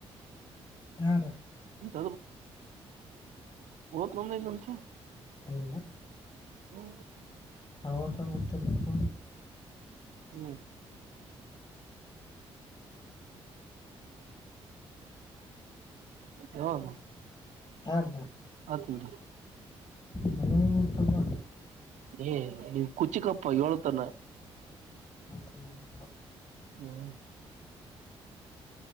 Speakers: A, on the left (about 35°); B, on the right (about 65°).
A: ಆ
B: ಎಂತ ಮತ್ತ ನಂದ ನಂತ
A: ಇಲ್ಲ
B: ಹ್ಮ
A: ಹೌದ ಮತ್ತೆ ಲಕ್ಕ
B: ಹ್ಮ್ ಹೌದಾ
A: ಹದ
B: ಹ ತಿ ರ <unintelligible>
A: ನಮಗೆ ಗೊತ್ತಪ್ಪ
B: ಏ ನಿನ್ ಕುಚಿಕಪ್ಪ ಏಳ್ತನ
A: ಧನ್ಯವ
B: ಹ್ಮ್